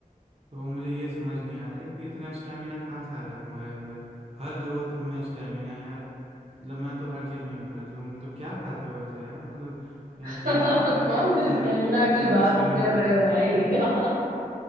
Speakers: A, on the right; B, on the right.
A: तो मुझे ये समझ नहीं आ रहा है कि इतना स्टेमिना कहाँ से आ रहा है तुम्हारे अंदर हर जगह तुम में स्टेमिना यार मतलब मैं तो हर चीज में इम्प्रेस हूँ मतलब क्या खाते हो ऐसा यार मतलब यार
B: <laughs>
A: शिलाजीत खा के
B: कौन
A: तुम
B: से
A: चा,
B: स्टेमिना
A: कितना चालीस
B: की बात
A: किलोमीटर
B: कर रहे
A: भाग
B: हो भाई
A: गए क्या
B: <laughs>